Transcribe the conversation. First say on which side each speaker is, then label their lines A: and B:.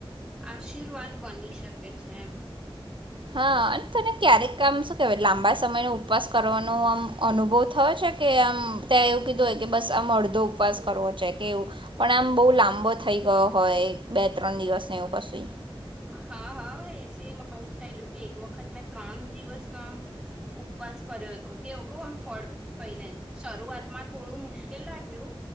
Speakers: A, in the centre; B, on the right.
A: આશીર્વાદ બની શકે છે એમ
B: હા અને તને ક્યારેક આમ શું કેવાય લાંબા સમયનો ઉપવાસ કરવાનો આમ અનુભવ થયો છે આમ ત્યાં એવું કીધું હોય કે બસ આમ અડધો ઉપવાસ કરવો છે કે એવું પણ આમ બહુ લાંબો થઈ ગયો હોય બે ત્રણ દિવસને એવું કશું
A: હા હા એસીમાં આવું જ થયેલું કે એક વખત મેં ત્રણ દિવસ ના આમ ઉપવાસ કર્યો હતો કેવ કહ આમ ફળ થઈને શરૂઆત માં થોડું મુશ્કેલ લાગ્યું